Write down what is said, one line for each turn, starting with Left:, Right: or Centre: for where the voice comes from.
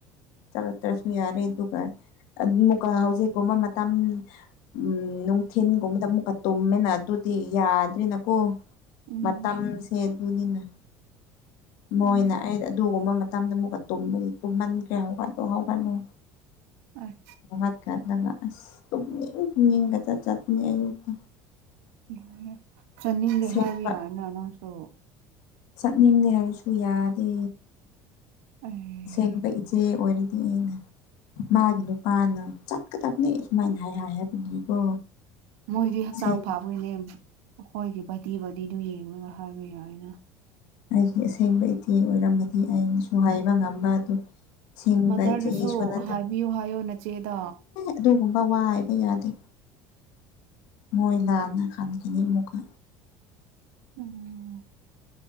Left: ꯆꯛꯇ꯭ꯔꯁꯨ ꯌꯥꯔꯦ ꯑꯗꯨꯒ ꯑꯃꯨꯛꯀ ꯍꯧꯖꯤꯛꯒꯨꯝꯕ ꯃꯇꯝ ꯎꯝ ꯅꯨꯡꯊꯤꯟꯒꯨꯝꯕꯗ ꯑꯃꯨꯛꯀ ꯇꯨꯝꯃꯦꯅ ꯑꯗꯨꯗꯤ ꯌꯥꯗ꯭ꯔꯤꯅꯀꯣ
Right: ꯎꯝ
Left: ꯃꯇꯝꯁꯦ ꯑꯗꯨꯅꯤꯅꯦ ꯃꯣꯏꯅ
Right: ꯑꯗꯨꯅꯦ
Left: ꯑꯩ ꯑꯗꯨꯒꯨꯝꯕ ꯃꯇꯝꯗ ꯑꯃꯨꯛꯀ ꯇꯨꯝꯃꯟꯕꯒꯤ ꯍꯧꯒꯠꯂꯣ ꯍꯧꯒꯠꯂꯣ
Right: ꯑꯝ
Left: ꯍꯧꯒꯠꯒꯥꯟꯗ ꯇꯨꯝꯅꯤꯡꯃꯥꯟꯗꯅ ꯆꯠꯄꯅꯦ ꯑꯌꯨꯛꯇꯤ
Right: ꯌꯥꯢꯌꯦ ꯆꯠꯅꯤꯡꯗꯦ
Left: ꯑꯁꯦꯡꯕ
Right: ꯍꯥꯢꯕ ꯌꯥꯢꯅ ꯅꯪꯁꯨ
Left: ꯆꯠꯅꯤꯡꯗꯦ ꯍꯥꯏꯔꯁꯨ ꯌꯥꯗꯦ
Right: ꯑꯩ
Left: ꯑꯁꯦꯡꯕ ꯢꯆꯦ ꯑꯣꯏꯔꯗꯤ ꯑꯩꯅ ꯃꯥꯒꯤ ꯅꯨꯄꯥꯅ ꯆꯠꯀꯗꯕꯅꯦ ꯁꯨꯃꯥꯏꯅ ꯍꯥꯏ ꯍꯥꯏ ꯍꯥꯏꯕꯒꯤꯀꯣ
Right: ꯃꯣꯏꯗꯤ ꯍꯛꯆꯥꯡ
Left: ꯑꯁꯦꯡꯕ
Right: ꯐꯕꯒꯤꯅꯦ ꯑꯩꯈꯣꯏꯒꯤ ꯕꯣꯗꯤ ꯕꯣꯗꯤꯗꯨ ꯌꯦꯡꯉꯒ ꯍꯥꯏꯕ ꯌꯥꯏꯅ
Left: ꯑꯩꯒꯤ ꯑꯁꯦꯡꯕ ꯏꯆꯦ ꯑꯣꯏꯔꯝꯃꯗꯤ ꯑꯩꯅꯁꯨ ꯍꯥꯏꯕ ꯉꯝꯕ ꯑꯗꯨ ꯑꯁꯦꯡꯕ
Right: ꯃꯥꯗꯔꯗꯁꯨ
Left: ꯢꯆꯦꯁꯨ ꯅꯠꯇꯦ
Right: ꯍꯥꯏꯕꯤꯌꯨ ꯍꯥꯏꯌꯣ ꯅꯆꯦꯗ
Left: ꯑꯗꯨꯒꯨꯝꯕ ꯋꯥ ꯍꯥꯏꯕ ꯌꯥꯗꯦ ꯃꯣꯏ ꯂꯥꯟꯅ ꯍꯟꯈꯤꯅꯤ ꯑꯃꯨꯛꯀ
Right: ꯎꯝ